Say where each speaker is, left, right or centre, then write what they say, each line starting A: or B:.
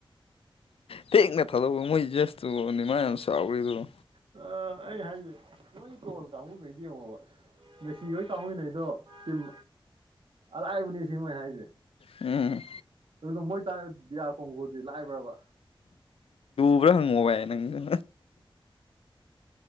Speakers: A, on the left; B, on the right.
A: ꯊꯦꯡꯅ ꯊꯥꯗꯧꯕ ꯃꯣꯏꯖꯁꯇꯨꯅꯤ ꯃꯌꯥꯝ ꯆꯔꯤꯗꯨ
B: ꯑ ꯑꯩ ꯍꯥꯏꯁꯦ ꯃꯣꯏꯒꯤ ꯇꯣꯜ ꯀꯥꯡꯕꯨꯈꯩ ꯌꯦꯡꯉꯣꯕ ꯉꯁꯤ ꯂꯣꯏ ꯀꯥꯎꯃꯤꯟꯅꯩꯗꯣ ꯇꯝ ꯑꯔꯥꯏꯕꯅꯤ ꯁꯤ ꯃꯣꯏ ꯍꯥꯏꯁꯦ
A: ꯎꯝ
B: ꯑꯗꯨꯗꯣ ꯃꯣꯏ ꯇꯥꯔ ꯗꯤꯌꯥ ꯀꯣꯡꯒꯣꯗꯤ ꯂꯥꯏꯕ꯭ꯔꯕ
A: ꯕ꯭ꯔꯥ ꯍꯪꯕ ꯌꯥ ꯅꯪ <inaudible>